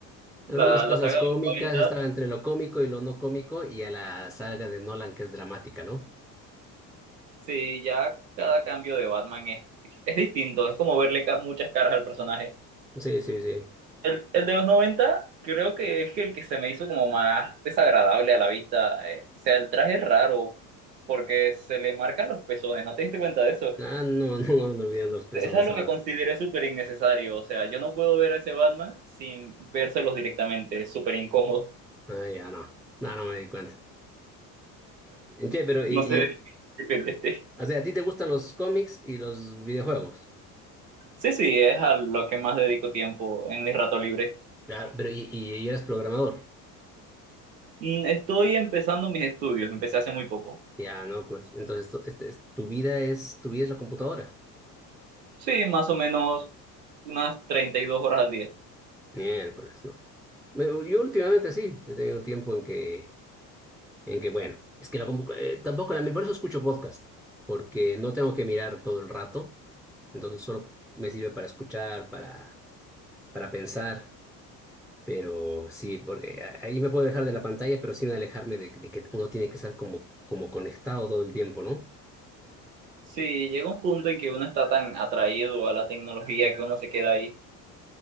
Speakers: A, on the right (about 85°); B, in the centre.
A: la,
B: Algunas cosas
A: la saga
B: cómicas,
A: de la
B: estaba entre lo cómico y lo no cómico, y a la saga de Nolan que es dramática, ¿no?
A: Sí, ya cada cambio de Batman es, es distinto, es como verle ca- muchas caras al personaje.
B: Sí, sí, sí.
A: El, el de los 90 creo que es el que se me hizo como más desagradable a la vista. eh, o sea, el traje es raro porque se le marcan los pezones, ¿no te diste cuenta de eso?
B: Ah, no, <laughs> no no olvidando los personas
A: Es algo
B: ahora.
A: que consideré súper innecesario, o sea, yo no puedo ver a ese Batman sin vérselos directamente, es súper incómodo.
B: Ah, ya no. No, no me di cuenta. Che, pero y,
A: No
B: y,
A: sé, <laughs> este,
B: o sea, ¿a ti te gustan los cómics y los videojuegos?
A: sí, sí, es a lo que más dedico tiempo en mi rato libre.
B: Claro, pero y, y, y eres programador.
A: Mm, Estoy empezando mis estudios, empecé hace muy poco.
B: Ya, no, pues. Entonces, tu, este es- tu vida es, tu vida es la computadora.
A: Sí, más o menos unas 32 horas al día.
B: Miércoles, no. Me- Yo últimamente sí, he tenido un tiempo en que En que, bueno, es que la compu- eh, tampoco la... Por eso escucho podcast, porque no tengo que mirar todo el rato, entonces solo me sirve para escuchar, para, para pensar, pero sí, porque a- ahí me puedo dejar de la pantalla, pero sin alejarme de, de que uno tiene que estar como, como conectado todo el tiempo, ¿no?
A: Sí, llega un punto en que uno está tan atraído a la tecnología que uno se queda ahí.